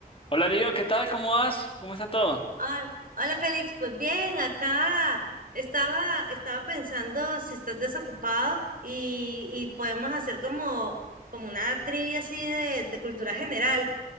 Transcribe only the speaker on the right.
Ah, Hola Félix, pues bien, acá estaba, estaba pensando si estás desocupado y, y podemos hacer como, como una trivia así de, de cultura general.